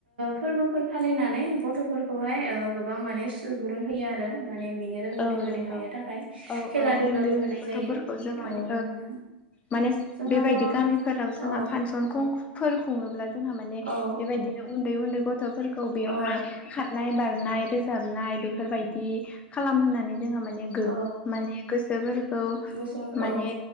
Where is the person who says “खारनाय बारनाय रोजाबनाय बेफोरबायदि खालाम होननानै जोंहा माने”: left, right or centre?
Left